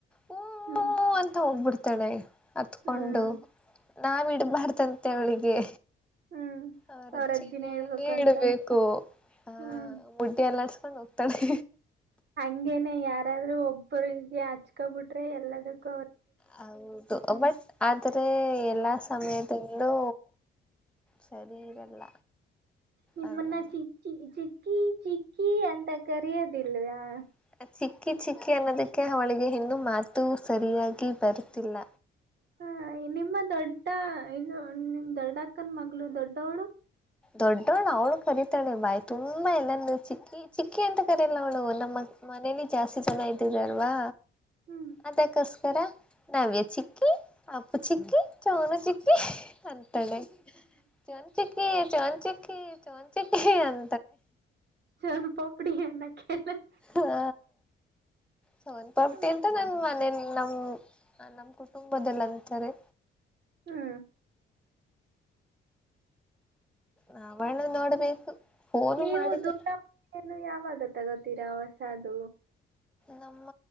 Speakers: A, in the centre; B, on the right (about 60°).
A: ಹೂ
B: ಹ್ಮ್
A: ಹೂ ಹೂ ಅಂತ ಹೋಗ್ಬಿಡ್. ತಳೆ ಹತ್ಕೊಂಡು
B: ಹ್ಮ್
A: ನಾವ್ ಇಡ್ಬಾರ್ದಂತೆ ಅವಳಿಗೆ.
B: ಹ್ಮ್
A: ಅವ್ರ್
B: ಅವ್ರ
A: ಅಜ್ಜಿನೆ
B: ಅಜ್ಜಿನೇ ಹೇಳ್ಬೇಕು ಅಂತ
A: ಇಡ್ಬೇಕು ಆ
B: ಹ್ಮ್
A: ಮುಟ್ಟಿಯ ಅಲ್ಲಡ್ಸ್. ಮುಗಸ್ಕೊಂಡು ಹೋಗ್ತಾಳ <inaudible>
B: ಹಂಗೇನೆ ಯಾರ್ ಯಾರಾದ್ರು ಒಬ್ಬರಿಗೆ ಹಚ್ಕೊ ಬುಟ್ರೆ ಎಲ್ಲದುಕ್.
A: ಹೌದು ಬಟ್ ಆದ್ರೆ ಎಲ್ಲಾ ಸಮಯದಲ್ಲೂ. ಸರಿ ಇರಲ್ಲ
B: ನಿಮ್ಮನ್ನ
A: ಅಲ್ವಾ
B: ಚಿ ಚಿ ಚಿ ಕೀ ಚಿಕ್ಕೀ ಅಂತ ಕರೆಯೋದಿಲ್ ವಾ
A: <unintelligible> ಚಿಕ್ಕಿ ಚಿಕ್ಕಿ ಅನ್ನೋದುಕ್ಕೆ ಅವಳಿಗೆ ಇನ್ನೂ ಮಾತು ಸರಿಯಾಗಿ ಬರ್ತಿಲ್ಲ.
B: ಹಾ ನಿಮ್ಮ ದೊಡ್ಡ ಇನ್ನು ನಿಮ್ ದೊಡ್ಡಕ್ಕನ್ ಮಗಳು ದೊಡ್ಡವಳು
A: ದೊಡ್ಡವಳು ಅವ್ಳು ಕರೀತಾಳೆ ಬಾಯ್ ತುಂಬಾ ಎಲ್ಲರ್ ನು ಚಿಕ್ಕಿ ಚಿಕ್ಕಿ ಅಂತ ಕರಿಯಲ್ಲ ಅವಳು ನಮ್ಮ ಮನೇಲಿ ಜಾಸ್ತಿ ಜನ ಇದ್ದಿರಲ್ವಾ
B: ಹ್ಮ್
A: ಅದೇ ಕಸ್ <unintelligible> ನವ್ಯ ಚಿಕ್ಕಿ ಅಪ್ಪು ಚಿಕ್ಕಿಚೋನು ಚಿಕ್ಕಿ <unintelligible> ಚೊನ್ ಚಿಕ್ಕಿ ಚೊನ್ ಚಿಕ್ಕಿ. ಚೊನ್ ಚಿಕ್ಕಿ ಅಂ
B: ಸೋಂಪಪುಡಿ ಅನ್ನಕ್ಕೆ <inaudible>
A: ಹಾ ಸೋನ್ಪಾ ಪುಡಿ
B: ಹ್ಮ
A: ಅಂತ ನನ್ ಮನೇಲಿ. ನಮ್ ನಮ್ ಕುಟುಂಬದಲ್ ಅಂತರೆ.
B: ಹ್ಮ
A: ನಾವ್ಣ ನೋಡ್ಬೇಕು ಫೋನು
B: ನೀವು
A: ಮಾಡಿದ್ದೆ
B: ದೂರವಾಣಿಯನ್ನು ಯಾವಾಗ ತಗೋತೀರಾ ಹೊಸದು.
A: ನಮ್ಮ